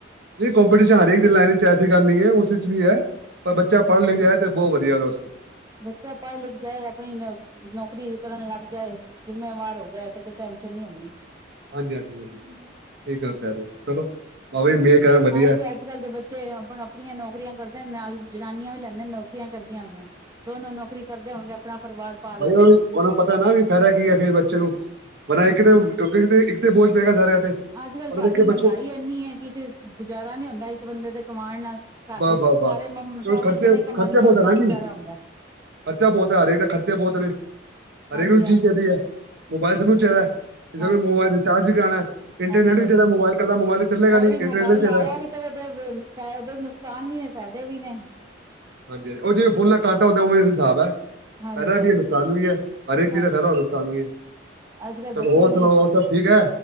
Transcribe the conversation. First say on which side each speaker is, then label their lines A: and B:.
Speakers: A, on the right; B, on the right.
A: ਨਹੀਂ ਕੋਂਪੀਟੀਸ਼ਨ ਹਰੇਕ ਦੀ ਲਾਈਨ ਵਿੱਚ ਐਸੀ ਗੱਲ ਨਹੀਂ ਹੈ ਉਸ ਵਿੱਚ ਵੀ ਹੈ ਪਰ ਬੱਚਾ ਪੜ੍ਹ ਲਿਆ ਤੇ ਬਹੁਤ ਵਧੀਆ ਉਹਦੇ ਵਾਸਤੇ
B: ਬੱਚਾ ਪੜ੍ਹ ਲਿਖ ਜਾਏ ਆਪਣੀ ਨੌਕਰੀ ਕਰਨ ਲੱਗ ਜਾਏ ਜਿੰਮੇਵਾਰ ਹੋ ਜਾਏ ਤੇ ਕੋਈ ਟੈਨਸ਼ਨ ਨਹੀਂ ਹੁੰਦੀ।
A: ਹਾਂਜੀ ਹਾਂਜੀ ਹਾਂਜੀ ਇਹ ਗੱਲ ਕਹਿ ਰਹੇ ਚਲੋ ਬਾਬਾ ਜੀ ਮੇਰ ਕਰਨ ਵਧੀਆ
B: ਤਾਂ ਹੀ ਤੇ ਅੱਜ ਕੱਲ੍ਹ ਦੇ ਬੱਚੇ ਆਪ ਆਪਣੀਆਂ ਨੌਕਰੀਆਂ ਕਰਦੇ ਨਾਲ ਜਨਾਨੀਆਂ ਵੀ ਲੈਂਦੇ ਨੇ ਨੌਕਰੀਆਂ ਕਰਦੀਆਂ ਹੋਈਆਂ ਦੋਨੋ ਨੌਕਰੀ ਕਰਦੇ ਹੋਣਗੇ ਆਪਣਾ ਪਰਿਵਾਰ ਪਾਲ
A: ਬਾਈ
B: ਲੈਂਦੇ
A: ਉਹ
B: ਨੇ।
A: ਉਹਨੂੰ ਪਤਾ ਨਾ ਵੀ ਫਾਇਦਾ ਕੀ ਆ ਫੇਰ ਬੱਚੇ ਨੂੰ ਮਨਾ ਕਿਤੇ ਇੱਕ ਤੇ ਬੋਝ ਪਏਗਾ ਸਾਰਿਆਂ ਤੇ
B: ਅੱਜ ਕੱਲ
A: ਪੜ੍ਹੇ
B: ਭਾਜੀ
A: ਲਿਖੇ ਬੱਚੇ
B: ਮਹਿੰਗਾਈ ਐੰਨੀ ਹੈ ਕਿ ਤੇ ਗੁਜ਼ਾਰਾ ਨੀ ਹੁੰਦਾ ਇੱਕ ਬੰਦੇ ਦੇ ਕਮਾਣ ਨਾਲ ਘਰ
A: ਬਸ
B: ਦੇ
A: ਬਸ
B: ਸਾਰੇ ਮ ਸਾਰੇ
A: ਖਰਚੇ
B: ਜਣੇ ਕਮਾਉਂਦੇ
A: ਖਰਚਾ ਬਹੁਤ
B: ਹੋਣ
A: ਹੈ
B: ਤਾਂ
A: ਨਾ
B: ਗੁਜ਼ਾਰਾ
A: ਜੀ ਖਰਚਾ
B: ਹੁੰਦਾ
A: ਬਹੁਤ ਹੈ ਹਰੇਕ ਦਾ ਖਰਚੇ ਬਹੁਤ ਨੇ ਹਰੇਕ
B: ਹਾਂਜੀ
A: ਨੂੰ ਚੀਜ਼
B: ਹਾਂਜੀ
A: ਦੇ ਤੀ ਮੋਬਾਇਲ ਸਭ ਚਾਹੀਦਾ
B: ਹਾਂਜੀ
A: ਏ ਮੋਬਾਇਲ ਰਿਚਾਰਜ ਕਰਉਣਾ ਇੰਟਰਨੈਟ
B: ਹਾਂਜੀ ਹਾਂਜੀ
A: ਵੀ ਚ ਮੋਬਾਇਲ ਇਕੱਲਾ ਮੋਬਾਇਲ ਤੇ ਚੱਲੇਗਾ
B: ਉਹੀ
A: ਨੀ ਇੰਟਰਨੈਟ
B: ਮੋਬਾਇਲ
A: ਵੀ ਚਲਣਾ
B: ਆਇਆ
A: ਏ।
B: ਤੇ ਉਹਦੇ ਉਹਦੇ ਨੁਕਸਾਨ ਵੀ ਨੇ ਫਾਇਦੇ ਵੀ ਨੇ
A: ਹਾਂਜੀ ਹਾਂਜੀ ਉਹ ਜਿਵੇਂ ਫੁੱਲਾਂ ਕੱਟ ਹੁੰਦਾ ਉਵੇਂ ਹਿਸਾਬ ਹੈ ਫਾਇਦਾ
B: ਹਾਂਜੀ ਹਾਂਜੀ
A: ਵੀ ਹੈ ਨੁਕਸਾਨ ਵੀ ਹੈ ਹਰੇਕ ਚੀਜ਼
B: ਹਾਂਜੀ
A: ਦਾ ਫਾਇਦਾ ਹੋ ਨੁਕਸਾਨ ਵੀ ਹੈ
B: ਅੱਜ ਕੱਲ੍ਹ
A: ਚਲੋ
B: ਬੱਚਿਆਂ
A: ਹੋਰ
B: ਦੀ
A: ਸੁਣਾਓ ਹੋਰ ਸਭ ਠੀਕ ਹੈ